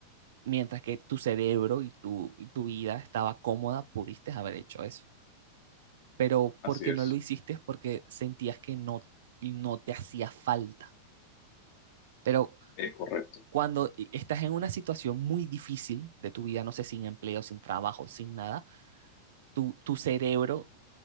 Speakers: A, on the right; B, on the left.
A: mientras que tu cerebro y tu, y tu vida estaba cómoda, pudiste haber hecho eso. Pero
B: Así
A: porque
B: es,
A: no lo hiciste es porque sentías que no, no te hacía falta. Pero
B: es correcto,
A: cuando e, estás en una situación muy difícil de tu vida, no sé, sin empleo, sin trabajo, sin nada, tu, tu cerebro